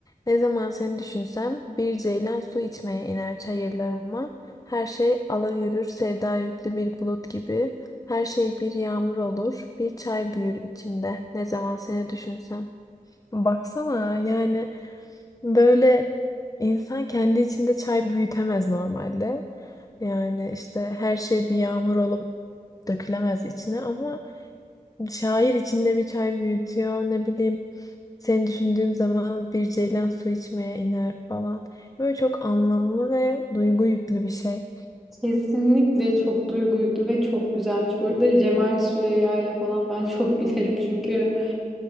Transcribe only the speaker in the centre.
Kesinlikle çok duygu yüklü ve çok güzelmiş. Bu arada Cemal Süreyya'ya falan ben <laughs> çok gülerim çünkü